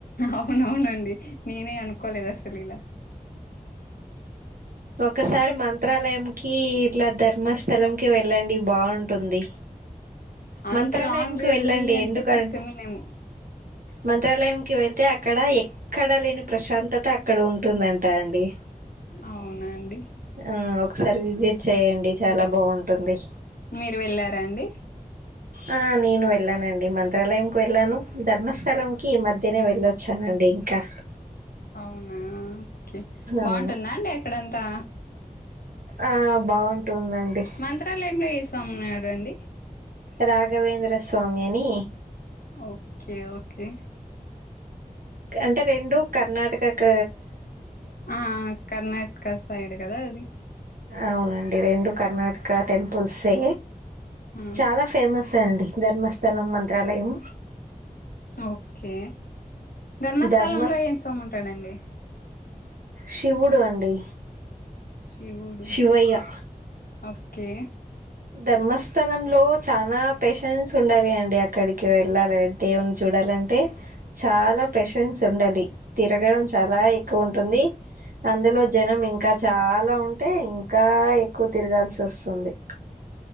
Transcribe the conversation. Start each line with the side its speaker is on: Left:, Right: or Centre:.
Left: అవునవునండి నేనే అనుకోలేదు అసలీలా
Right: ఒకసారి మంత్రాలయంకి ఇట్లా ధర్మస్థలం కి వెళ్ళండి బాగుంటుంది
Left: అంత
Right: మంత్రాలయంకి
Left: లాంగ్ జర్నీ
Right: వెళ్ళండి
Left: అంటే
Right: ఎందుకన్
Left: కష్టమేనేమో
Right: మంత్రాలయంకి వెళ్తే అక్కడ ఎ ఎక్కడ లేని ప్రశాంతత అక్కడ ఉంటుందంటా అండి
Left: అవునాండి
Right: ఆ ఒకసారి విజిట్ చెయండి చాలా బాగుంటుంది
Left: మీరు వెళ్ళార అండి
Right: ఆ నేను వెళ్ళానండి మంత్రాలయంకి వెళ్ళాను ధర్మస్థలంకి ఈ మధ్యనే వెళ్ళొ ళ్లొచ్చానండి ఇంకా
Left: అవునా ఓకే బాగుంటుందా
Right: అవును
Left: అండి అక్కడంతా
Right: ఆ బాగుంటుందండి
Left: మంత్రాలయంలో ఏ సామున్నాడు అండి
Right: రాఘవేంద్ర స్వామి అని
Left: ఓకే ఓకే
Right: అంటే రెండు కర్ణాటక క
Left: ఆ కర్ణాటక సైడ్ కదా అది
Right: అవునండి రెండు కర్ణాటక టెంపుల్సే
Left: ఆ
Right: చాల ఫేమస్సే అండి ధర్మస్థలం మంత్రాలయం
Left: ఓకే ధర్మస్థలంలో
Right: ధర్మస్
Left: ఏం స్వామి ఉంటాడండి
Right: శివుడు అండి
Left: శివుడు
Right: శివయ్య
Left: ఓకే
Right: ధర్మస్థలంలో చనా పేషెన్స్ ఉండాలి అండి అక్కడికి వెళ్ళాలనంటె దేవుని చూడాలంటే చాలా పెషన్స్ ఉండాలి తిరగడం చాలా ఎక్కువ ఉంటుంది అందులో జనం ఇంకా చాలా ఉంటే ఇంకా ఎక్కువ తిరగాల్సి ఒస్తుంది